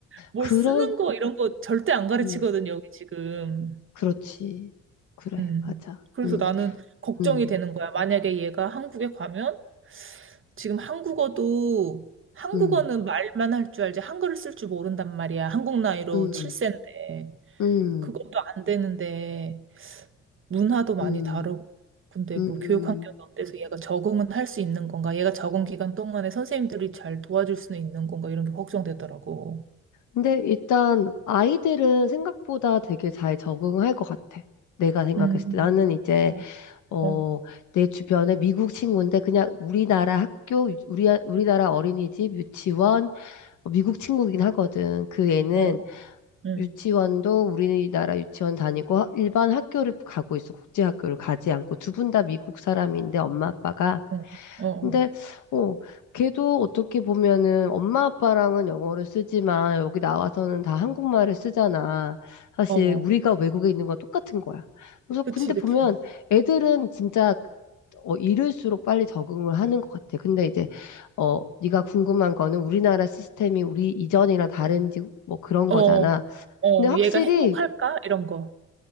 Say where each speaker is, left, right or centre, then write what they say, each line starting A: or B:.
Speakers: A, on the right; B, on the left.
A: 뭘
B: 그런
A: 쓰는 거 이런 거 절대 안 가르치거든요,
B: 음.
A: 여기 지금.
B: 그렇지. 그래.
A: 음.
B: 맞아.
A: 그래서
B: 음.
A: 나는 걱정이
B: 음.
A: 되는 거야. 만약에 얘가 한국에 가면 지금 한국어도 한국어는
B: 음.
A: 말만 할 줄 알지 한글을 쓸 줄 모른단 말이야. 한국 나이로
B: 음.
A: 7세인데.
B: 음.
A: 그것도 안 되는데 문화도 많이
B: 음,
A: 다르고. 근데
B: 음.
A: 그 교육 환경이 어때서 얘가 적응은 할 수 있는 건가? 얘가 적응 기간 동안에 선생님들이 잘 도와줄 수는 있는 건가? 이런 게 걱정되더라고.
B: 근데 일단 아이들은 생각보다 되게 잘 적응할 것 같아. 내가 생각했을
A: 음.
B: 때. 나는 이제,
A: 어,
B: 어,
A: 어,
B: 내 주변에 미국 친구인데 그냥 우리나라 학교, 우리, 우리나라 어린이집, 유치원, 어, 미국 친구긴 하거든. 그 애는
A: 어, 어. 음.
B: 유치원도 우리나라 유치원 다니고 하- 일반 학교를 가고 있어. 국제학교를 가지 않고 두 분 다 미국 사람인데 엄마 아빠가.
A: 응. 어,
B: 근데 어, 걔도 어떻게 보면은 엄마 아빠랑은 영어를 쓰지만 여기 나와서는 다 한국말을 쓰잖아. 사실
A: 어, 어.
B: 우리가 외국에 있는 건 똑같은 거야. 그래서 근데
A: 그치,
B: 보면
A: 그치.
B: 애들은 진짜 어, 이를수록 빨리 적응을 하는 것 같아. 근데 이제 어, 네가 궁금한 거는 우리나라 시스템이 우리 이전이랑 다른지 뭐 그런
A: 어,
B: 거잖아.
A: 어, 어,
B: 근데 확실히
A: 얘가 행복할까? 이런 거.